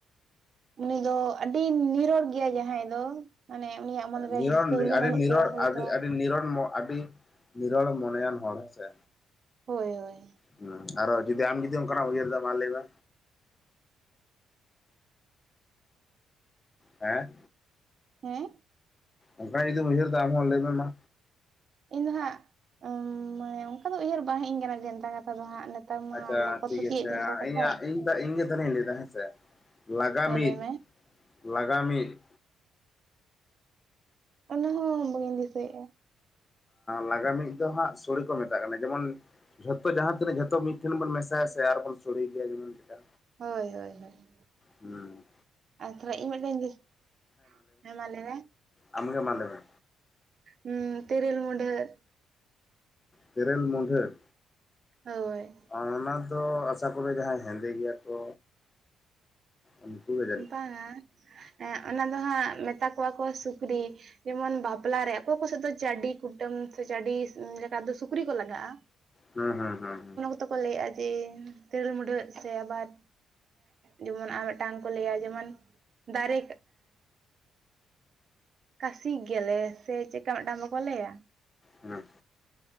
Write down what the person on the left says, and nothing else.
ᱱᱤᱨᱚᱲ
ᱟ
ᱱᱤᱨᱚᱲ
ᱟ ᱟᱹᱰᱤ ᱱᱤᱨᱚᱲ ᱢ ᱱᱤᱨᱚᱲ ᱢᱚᱱᱮᱭᱟᱱ ᱦᱚᱲ ᱦᱮᱸ ᱥᱮ
ᱦᱩᱸ ᱟᱨᱦ ᱡᱩᱫᱤ ᱟᱢ ᱡᱚᱫᱤ ᱚᱱᱠᱟᱱᱟᱜ ᱩᱭᱦᱟᱹᱨ ᱫᱟ ᱢᱟ ᱞᱟᱹᱭ ᱢᱮ ᱦᱮᱸ
ᱚᱱᱠᱟ ᱡᱩᱫᱤᱢ ᱩᱭᱦᱟᱹᱨ ᱫᱟ ᱟᱢ ᱦᱚᱸ ᱞᱟᱹᱭᱢᱮ ᱢᱟ
ᱟᱪᱪᱷᱟ
ᱴᱷᱤᱠ
ᱟᱪᱷᱮ
ᱤᱧᱟᱹᱜ ᱤᱧ ᱤᱧᱜᱮ ᱛᱚᱨᱮᱧ ᱞᱟᱹᱭᱫᱟ ᱦᱮᱸᱥᱮ ᱞᱟᱜᱟ
ᱢᱤᱫ
ᱞᱟᱜᱟ ᱢᱤᱫ
ᱞᱟᱜᱟ ᱢᱤᱫ ᱫᱚ ᱦᱟᱸᱜ ᱥᱳᱲᱮ ᱠᱚ ᱢᱮᱛᱟᱜ ᱠᱟᱱᱟ ᱡᱮᱢᱚᱱ ᱡᱷᱚᱛᱚ ᱡᱟᱦᱟ ᱛᱤᱱᱟᱹᱜ ᱡᱷᱚᱛᱚ ᱢᱤᱫ ᱴᱷᱮᱱ ᱵᱚᱱ ᱢᱮᱥᱟᱭᱟ ᱥᱮ ᱟᱨ ᱵᱚᱱ ᱥᱳᱲᱮ ᱜᱮᱭᱟ ᱡᱮᱢᱚᱱ ᱪᱮᱫᱠᱟ
ᱦᱩᱸ
ᱟᱢ ᱜᱮ ᱢᱟ ᱞᱟᱹᱭ ᱢᱮ
ᱛᱤᱨᱮᱞ ᱢᱩᱱᱰᱷᱟᱹᱜ
ᱚᱱᱟ ᱫᱚ ᱟᱥᱟ ᱠᱚᱨᱮ ᱡᱟᱦᱟᱸᱭ ᱦᱮᱸᱫᱮ ᱜᱮᱭᱟ ᱠᱚ ᱩᱱᱠᱩ ᱜᱮ ᱡᱟᱹᱱᱤᱡ
ᱦᱩᱸ ᱦᱩᱸ ᱦᱩᱸ ᱦᱩᱸ
ᱦᱮᱸ